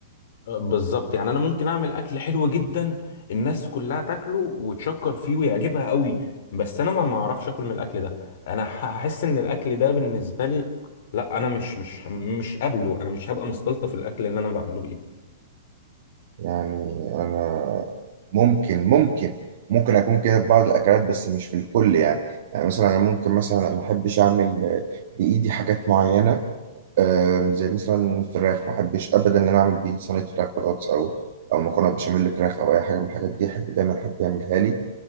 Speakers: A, on the left; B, on the right.
A: آه، بالظبط يعني انا ممكن اعمل اكل حلو جدا الناس كلها تاكله وتشكر فيه ويعجبها قوي بس انا ما ما اعرفش اكل من الاكل ده انا ح- هحس ان الاكل ده بالنسبه لي لا انا مش مش مش قابله انا مش هبقى مستلطف الاكل اللي انا بعمله بايدي
B: يعني انا ممكن ممكن ممكن اكون كده في بعض الاكلات بس مش في الكل يعني يعني مثلا انا ممكن مثلا ما احبش اعمل آه، بايدي حاجات معينه آم، زي مثلا الفراخ ما احبش ابدا ان انا اعمل بايدي صينيه فراخ بطاطس او او مكرونه بشاميل فراخ او اي حاجه من الحاجات دي احب دايما حد يعملها لي